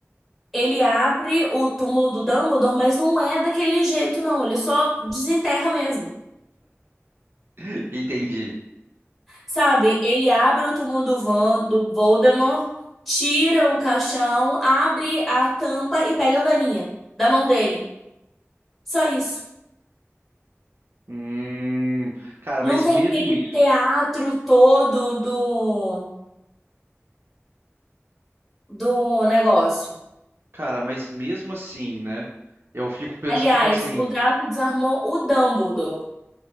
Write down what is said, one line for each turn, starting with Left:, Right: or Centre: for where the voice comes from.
Centre: ele abre o túmulo do Dumbledore, mas não é daquele jeito, não. Ele só desenterra mesmo.
Right: <laughs> Entendi.
Centre: Sabe, ele abre o túmulo do, Van, do Voldemort, tira o caixão, abre a tampa e pega a varinha da mão dele. Só isso.
Right: Hum, cara,
Centre: Não
Right: mas
Centre: tem
Right: mesmo
Centre: aquele
Right: isso,
Centre: teatro todo do, do negócio.
Right: cara, mas mesmo assim, né? Eu fico pensando,
Centre: Aliás,
Right: tipo assim,
Centre: o Draco desarmou o Dumbledore.